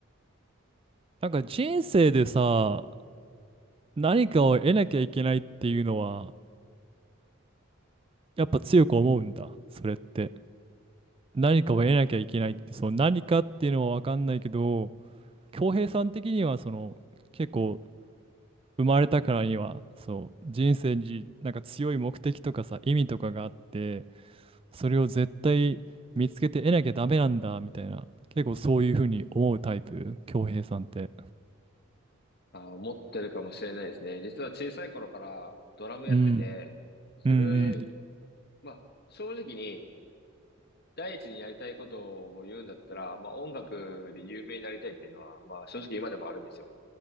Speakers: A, on the right; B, on the left.
A: なんか人生でさ、何かを得なきゃいけないっていうのは、やっぱ強く思うんだ、それって。何かを得なきゃいけないって、その何かっていうのはわかんないけど、恭平さん的には、その、結構、生まれたからには、そう、人生になんか強い目的とかさ、意味とかがあって、それを絶対見つけて得なきゃダメなんだみたいな、結構そういうふうに思うタイプ、恭平さんって。
B: あ、思ってるかもしれないですね。実は小さい頃からドラムやってて、
A: うん。
B: それ、
A: うんうん、
B: まあ、正直に第一にやりたいことを言うんだったら、まあ、音楽で有名になりたいっていうのは、まあ、正直今でもあるんですよ。